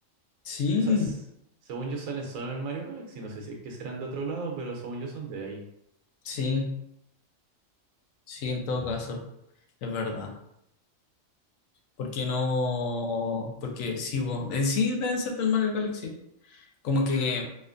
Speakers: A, on the left; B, on the right.
A: Sí,
B: O sea, s- según yo salen solo en Mario Galaxy, no sé si es que serán de otro lado, pero según yo son de ahí.
A: sí, sí, en todo caso, es verdad. Porque no. Porque sí, bo- eh, sí deben ser del Mario Galaxy. Como que